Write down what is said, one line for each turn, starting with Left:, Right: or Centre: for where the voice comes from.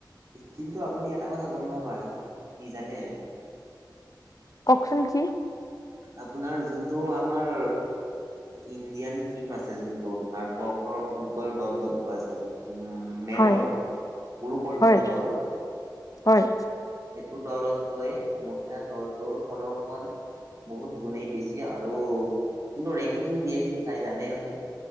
Right: কিন্তু, আপুনি এটা কথা গম নাপায় কি জানে।
Left: কওকচোন কি?
Right: আপোনাৰ যোনটো আমাৰ। ইণ্ডিয়ান টিম আছে যোনটো ভাৰতবৰ্ষৰ ফুটবল, দল যোনটো আছে। উম' মেনৰ
Left: হয়
Right: পুৰুষৰ
Left: হয়
Right: যোনটো দল।
Left: হয়।
Right: সেইটো দলতকৈ মহিলা দলটোৰ প্ৰদৰ্শন বহুত গুণেই বেছি আৰু কিন্তু, ৰেংকিং দিয়ফি ফাই জানে নহয়।